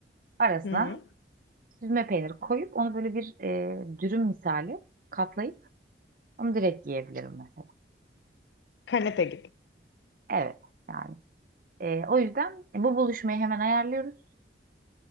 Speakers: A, on the right; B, on the left.
A: Arasına
B: Hı.
A: süzme peynir koyup onu böyle bir e, dürüm misali katlayıp onu direkt yiyebilirim mesela.
B: Kanepe gibi.
A: Evet. Yani Ee, o yüzden e, bu buluşmayı hemen ayarlıyoruz.